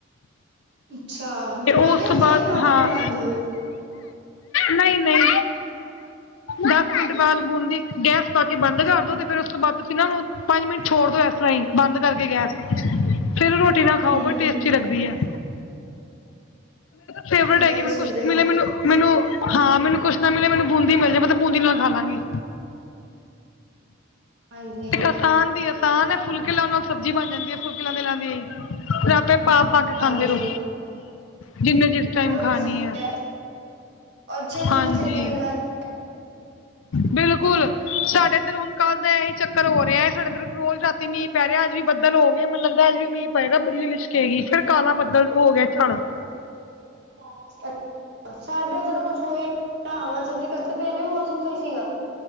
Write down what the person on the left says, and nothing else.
ਫੇਰ
ਉਸ ਤੋਂ, ਬਾਅਦ,
ਹਾਂ।
ਨਹੀਂ- ਨਹੀਂ, ਦਸ ਮਿੰਟ ਬਾਦ ਬੂੰਦੀ ਗੈਸ ਪਾ ਕੇ, ਬੰਦ ਕਰ ਦੋ, ਤੇ ਫਿਰ ਉਸ ਤੋਂ ਬਾਅਦ ਤੁਸੀਂ ਨਾ, ਨੂੰ ਪੰਜ ਮਿੰਟ ਛੋੜ ਦਿਓ, ਇਸ ਤਰ੍ਹਾਂ ਹੀ ਬੰਦ, ਕਰਕੇ ਗੈਸ, ਫਿਰ, ਰੋਟੀ ਨਾਲ ਖਾਓ,
ਬਹੁਤ ਟੇਸਟੀ ਲੱਗਦੀ ਹੈ,। ਫੇਵਰੇਟ
ਹੈਗੀ,
ਮੈਨੂੰ
ਕੁਛ
ਮਿਲੇ ਮੈਂਨੂੰ ਮੈਨੂੰ, ਹਾਂ ਮੈਨੂੰ ਕੁਛ ਨਾ ਮਿਲੇ, ਮੈਨੂੰ ਬੂੰਦੀ ਮਿਲ ਜਾਏ ਮੈਂ ਤਾਂ, ਬੂੰਦੀ ਨਾਲ ਖਾ ਲਾਂਗੀ!
ਇੱਕ ਆਸਾਨ ਦੀ ਆਸਾਨ ਹੈ। ਫੁਲਕੇ ਲਾਉਣ ਨਾਲ ਸਬਜ਼ੀ ਬਣ ਜਾਂਦੀ ਹੈ। ਫੁਲਕੇ ਲਾਂਦਿਆਂ- ਲਾਂਦਿਆਂ ਹੀ, ਫਿਰ ਆਪੇ ਆਪ ਪਾ, ਕੇ
ਖਾਂਦੇ ਰਹੋ,,, ਜਿੰਨੇ ਚਿਰ ਟਾਈਮ,
ਖਾਣੀ
ਹੈ।
ਹਾਂਜੀ
ਬਿਲਕੁਲ, ਸਾਡੇ ਇੱਧਰ ਹੁਣ ਕੱਲ ਦਾ, ਇਹੀ ਚੱਕਰ ਹੋ ਰਿਹਾ ਹੈ। ਸਾਡੇ ਇੱਧਰ ਰੋਜ਼ ਰਾਤੀ ਮੀਂਹ ਪੈ ਰਿਹਾ, ਅੱਜ ਵੀ ਬਦਲ ਹੋ ਗਿਆ, ਮੈਨੂੰ ਲਗਦਾ, ਅੱਜ ਵੀ ਮੀਂਹ ਪਏਗਾ ਬਿਜਲੀ ਲਿਸ਼ਕੇਗੀ। ਫਿਰ ਕਾਲਾ ਬੱਦਲ ਹੋ ਹੋ ਗਿਆ ਝੜ,